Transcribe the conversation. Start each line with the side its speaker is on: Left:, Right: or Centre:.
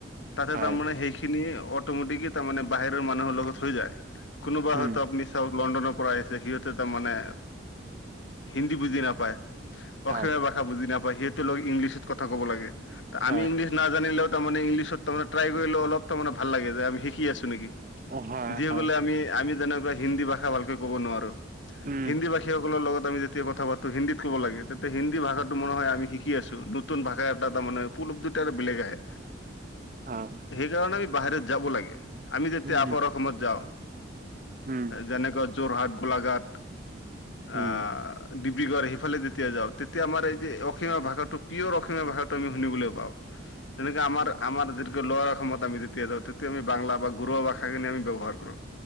Left: তাতেই
Right: হয়,
Left: তাৰমানে সেইখি খিনি অটমেটিকেই তাৰমানে বাহিৰৰ মানুহৰ লগত হৈ যায়। কোনোবা
Right: উম,
Left: হয়তো আপুনি চাওক, লণ্ডনৰ পৰা আহিছে। সিহঁতে তাৰমানে হিন্দী বুজি নাপায়।
Right: হয়,
Left: অসমীয়া ভাষা বুজি নাপাই, সিহতৰ লগ ইংলিছত কথা ক'ব লাগে,
Right: হয়,
Left: আমি ইংলিছ নাজানিলেও, তাৰমানে ইংলিছত তাৰমানে ট্ৰাই কৰিলেও তাৰমানে অলপ ভাল লাগে যে, আমি শিকি আছো নেকি?
Right: অ', হয়,
Left: যিবোলে
Right: হয়,
Left: আমি, আমি যেনেকুৱা হিন্দী ভাষা ভালকৈ কব নোৱাৰো,
Right: উম,
Left: হিন্দী ভাষী সকলৰ লগত আমি যেতিয়া কথা পাতো, হিন্দীত ক'ব লাগে, তেতিয়া হিন্দী ভষাটো ম হয় আমি শিক শিকি আছো, নতুন ভাষা এটা তাৰমানে, এটা বেলেগ আহে।
Right: অ',
Left: সেইকাৰণে আমি বাহিৰত যাব লাগে, আমি যেতিয়া
Right: উম,
Left: আপাৰ অসমত যাওঁ,
Right: উম,
Left: যেনেকুৱা যোৰহাট, গোলাঘাট,
Right: উম,
Left: আহ ডিব্ৰুগড় সিফালে যেতিয়া যাওঁ, তেতিয়া আমাৰ এই যে অসমীয়া ভাষাটো, পিয়ৰ অসমীয়া ভাষাটো আমি শুনিবলৈ পাওঁ।
Right: <unintelligible>
Left: তেনেকে আমাৰ, আমাৰ য ল'ৱাৰৰ অসমত আমি যেতিয়া যাওঁ, তেতিয়া আমি বাংলা বা গৰুৱা ভাষাখিনি আমি ব্যৱহাৰ কৰো,